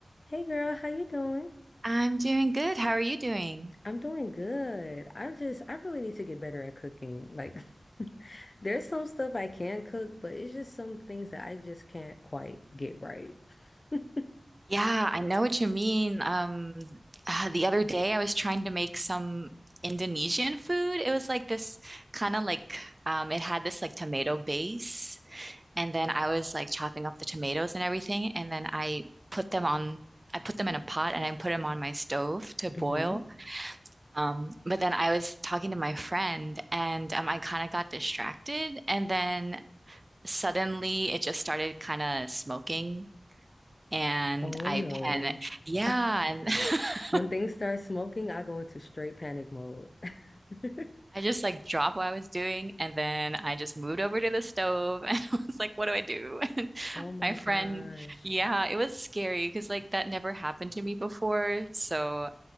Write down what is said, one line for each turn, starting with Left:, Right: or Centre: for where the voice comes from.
Left: Hey girl, how you doing?
Right: I'm doing good. How are you doing?
Left: I'm doing good. I just I really need to get better at cooking. Like <laughs> there's some stuff I can cook, but it's just some things that I just can't quite get right. <laughs>
Right: Yeah, I know what you mean. Um, uh, the other day I was trying to make some Indonesian food. It was like this kind of like um, it had this like tomato base, and then I was like chopping up the tomatoes and everything, and then I put them on. I put them in a pot and I put them on my stove to boil.
Left: Mhm.
Right: Um, but then I was talking to my friend and um, I kind of got distracted, and then suddenly it just started kind of smoking. and
Left: Oh
Right: I
Left: no.
Right: panicked. Yeah,
Left: <laughs>
Right: and <laughs>
Left: When things start smoking, I go into straight panic mode. <laughs>
Right: I just like dropped what I was doing and then I just moved over to the stove <laughs> and I was like, what do I do? <laughs> And
Left: Oh my
Right: my friend,
Left: gosh.
Right: yeah, it was scary because like that never happened to me before. So,